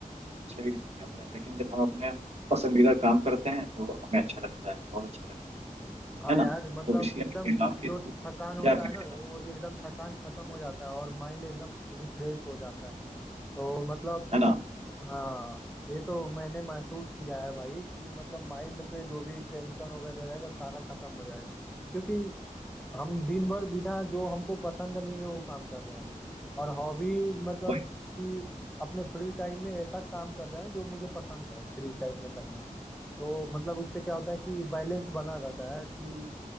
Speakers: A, on the right; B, in the centre.
A: शरीर थक जाता है लेकिन जब हम अपने पसंदीदा काम करते हैं तो हमें अच्छा लगता है बहुत अच्छा लगता
B: हाँ
A: है है ना
B: यार मतलब
A: तो इसलिए
B: एकदम
A: मैं कहता हूँ कि
B: जो थकान होता
A: क्या करें
B: है ना
A: ना
B: वो एकदम थकान खत्म हो जाता है और माइंड एकदम रिफ्रेश हो जाता है तो मतलब
A: है ना
B: हाँ ये तो मैंने महसूस किया है भाई कि मतलब माइंड पे जो भी टेंशन वगैरह रहेगा सारा खत्म हो जाएगा क्योंकि हम दिन भर बिना जो हमको पसंद नहीं है वो काम कर रहे हैं और हॉबी मतलब
A: वही तो
B: कि अपने फ्री टाइम में ऐसा काम कर रहे हैं जो मुझे पसंद है फ्री टाइम में करना तो मतलब उससे क्या होता है कि बैलेंस बना रहता है कि